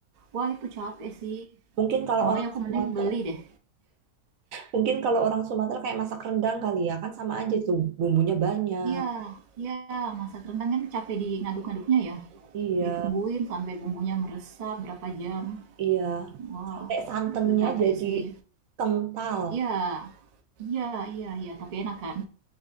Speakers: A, on the right (about 40°); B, on the right (about 65°).
A: Wah, itu capek sih.
B: Mungkin kalau
A: Makanya
B: orang
A: aku
B: Sumatera,
A: mending beli deh.
B: mungkin kalau orang Sumatera kayak masak rendang kali ya kan sama aja tuh bumbunya banyak.
A: Iya, iya, masak rendang kan capek di ngaduk-ngaduknya ya.
B: Iya,
A: Ditungguin sampai bumbunya meresap berapa jam.
B: iya.
A: Wah,
B: Sampai santannya
A: itu capek
B: jadi
A: sih.
B: kental.
A: Iya. Iya iya iya, tapi enak kan?